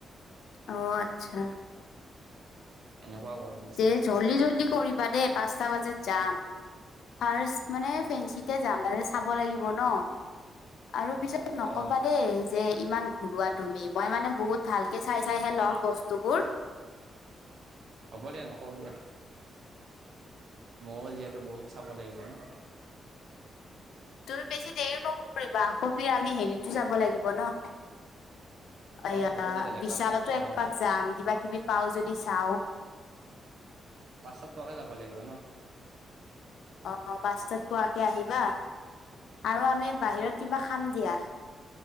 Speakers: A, on the left (about 80°); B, on the right (about 65°).
A: অ', আচ্ছা।
B: এনেকুৱা গৰম দিছে
A: দে
B: এতিয়া।
A: জল্দি জল্দি কৰিবা দেই পাঁচটা বাজাত যাম, ফাৰ্ষ্ট মানে ফেঞ্চিতে জানদা যে চাব লাগিব ন? আৰু পিছত নকবা
B: অ
A: দেই যে ইমান ঘূৰুোৱা তুমি। মই মানে বহুত ভালকে চাই চাইহে ল'ম বস্তুবোৰ।
B: হ'ব দে নকওঁ দিয়া। মই যিহেতু বহুত চাব লাগিব ন-
A: তুমি বেছি দেৰি নকৰিবা, আকৌ আমি হেৰিতো যাব লাগিব ন। অয়া
B: অ হ'ব দিয়া তেতিয়াহ'লে
A: বিশালতো
B: পাঁচটাত পোৱাকে
A: একপাক যাম কিবা কিবি পাও যদি। বিছাও।
B: পাঁচত পোৱাকে যাব লাগিব ন।
A: অ পাঁছতাত পোৱাকে আহিবা আৰু আমি বাহিৰত কিবা খাম দিয়া।